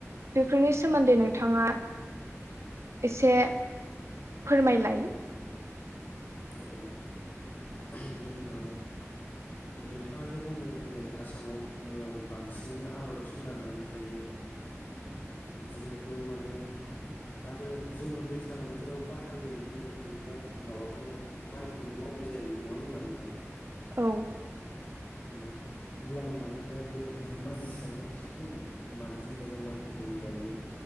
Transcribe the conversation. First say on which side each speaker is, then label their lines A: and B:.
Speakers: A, on the right; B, on the left.
A: बेफोरनि सोमोन्दै नोंथाङा एसे फोरमायलाय।
B: औ <unintelligible> नों ओ नोंथाङा जे बुंदों जेरै आसामाव ओ बांसिनानो आबादाव सोनारनानै थायो जिहेतु माने आरो जोङो दैज्लां बोथोराव गाहायै बुंनो थाङोब्ला माबाखौनो माइखौनो मावनाय जायो नङा होनब्ला नोंथां?
A: औ
B: औ अब्ला आं माने दा बे माइनि सायावनो एसे बुंनो माने जेनेबा जों माइखौ बुरै गायो